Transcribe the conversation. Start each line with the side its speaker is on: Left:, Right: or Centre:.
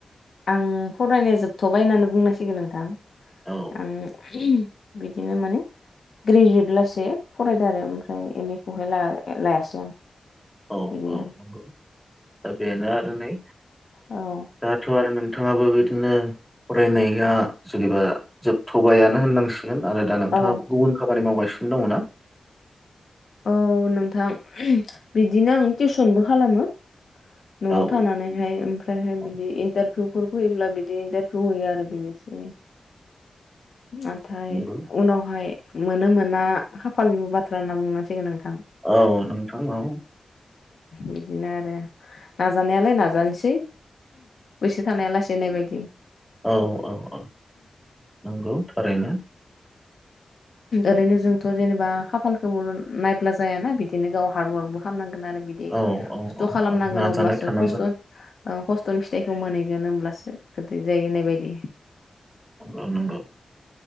Left: आं परायनाइआ जोबथ'बाय होननानै बुंनांसिगोन नोंथां
Centre: औ
Left: आं बिदिनो माने ग्रेजुयेट लास फरायदों आरो ओमफ्राय एम ए खौहाय लायासै आं
Centre: औ
Left: बिदिनो
Centre: औ नंगौ दा बेनो आरो नै
Left: औ
Centre: दाथ' आरो नोंथाङाबो बिदिनो फरायनाया जुदिबा जोबथ'बायानो होननांसिगोन आरो दा नोंथाङा
Left: औ
Centre: गुबुन खामानि मावगासिनो दङ ना
Left: औ नोंथां बिदिनो आं टिउसनबो खालामो न'आव
Centre: औ
Left: थानानैहाय ओमफ्रायहाय बिदि
Centre: औ
Left: इन्टार इभिउ होयोब्ला बिदि इन्टारभिउ होयो आरो बेनोसै नाथाय
Centre: नंगौ
Left: उनावहाय मोनो मोना खाफालनिबो बाथ्रा होनना बुंनांसिगोन आं
Centre: औ नोंथां औ
Left: बिदिनो आरो नाजानायालाय नाजानोसै एसे थानाया लासेनाय बायदि
Centre: औ औ औ नंगौ थारैनो
Left: ओरैनो जोंथ' जेनेबा खाफालखौबो नायब्ला जायाना बिदिनो गाव हार्डवारक आंबो खालामनांगोन आरो बिदि
Centre: औ
Left: खस्थ'
Centre: औ औ
Left: खालामनांगोन
Centre: औ नाजानाय
Left: अब्लासो
Centre: थानांगोन
Left: खस्थ' हस्थ'नि फिथाइखौ मोनहैगोन होमब्लासो गोदै जायो होननाय बायदि
Centre: नगौ नगौ